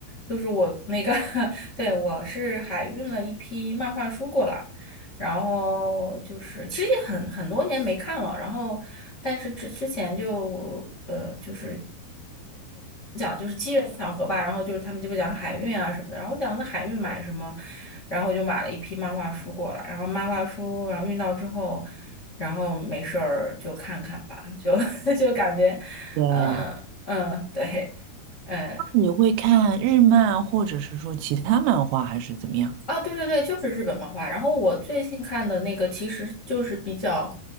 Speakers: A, on the left; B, on the right.
A: 就是我那个 <laughs>，对，我是海运了一批漫画书过来，然后就是其实也很很多年没看了，然后但是之之前就呃就是就是机缘巧合吧，然后就是他们就会讲海运啊什么的，然后我讲那海运买什么，然后我就买了一批漫画书过来，然后漫画书然后运到之后，然后没事儿就看看吧，就 <laughs> 就感觉，
B: 对，
A: 呃嗯、对，嗯、
B: 你会看日漫或者是说其他漫画还是怎么样？
A: 啊，对对对，就是日本漫画。然后我最近看的那个其实就是比较，